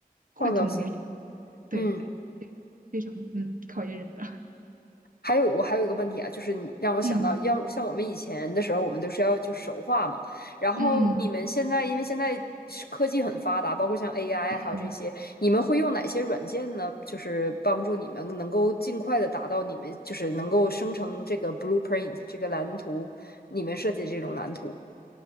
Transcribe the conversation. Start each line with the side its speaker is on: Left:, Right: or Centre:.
Right: 绘图能力，
Left: 创造性。
Right: 对，
Left: 嗯。
Right: 非常嗯考验人的，
Left: 还有我还有一个问题啊，就是你让我想到，
Right: <laughs> 嗯
Left: 要像我们以前的时候，我们都是要就手画嘛。然后你们现在，
Right: 嗯。
Left: 因为现在是科技很发达，包括像 AI
Right: 嗯
Left: 还有这些，你们会用哪些软件呢？就是帮助你们能够尽快的达到你们就是能够生成这个 blueprint 这个蓝图，你们设计这种蓝图。